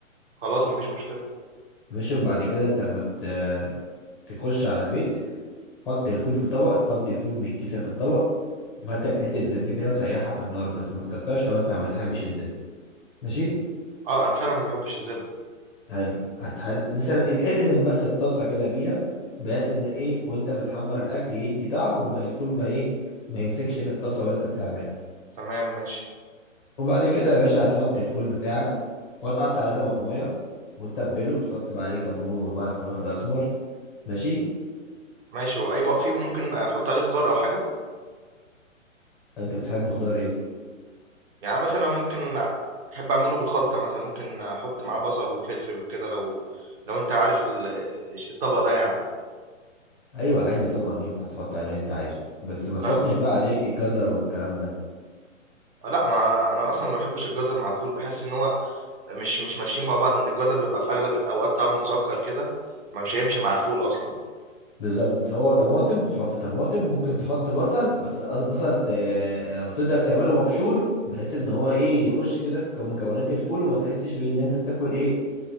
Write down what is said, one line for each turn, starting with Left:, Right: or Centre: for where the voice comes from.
Right: خلاص مفيش مشكله
Centre: ماشي وبعد كده انت اما ت- تخش على البيت حط الفول في طبق فضي الفول من الكيسه في الطبق هاتك حتة زبدة كده وسيحها في النار بس ما تكترش لو انت ما بتحبش الزبدة ماشي
Right: اه انا فعلا ما بحبش الزبده
Centre: حلو هتحدد مثلا اد- ادهن بس الطاسة كده بيها بحيث ان الايه وانت بتحمر الاكل يدي طعم وما الفول ما ايه ما يمسكش في الطاسة وانت بتعملها
Right: تمام ماشي
Centre: وبعد كده يا باشا هتحط الفول بتاعك وهتقطع عليه طماطمايه وتتبله وتحط بقى عليه كمون وملح وفلفل اسمر ماشي
Right: ماشي واي بقى فيه ممكن احط عليه خضار او حاجه
Centre: انت بتحب خضار ايه
Right: يعني مثلا ممكن احب اعمله بالخلطه مثلا ممكن احط معاه بصل وفلفل وكده لو لو انت عارف ال- الطبق ده يعني
Centre: ايوه عادي طبعا ينفع تحط عليه اللي انت عايزه بس ما تحطش
Right: طيب
Centre: بقى عليه جزر والكلام ده
Right: لا ما انا اصلا ما بحبش الجزر مع الفول بحس ان هو مش مش ماشيين مع بعض ان الجزر بيبقى في اغلب الاوقات طعمه مسكر كده ما مش هيمشي مع الفول اصلا
Centre: بالظبط هو طماطم بتحط طماطم ممكن تحط بصل بس بصل ت... يعني تقدر تعمله مبشور بحيث ان هو ايه يخش كده في مكونات الفول وما تحسش بان انت بتاكل ايه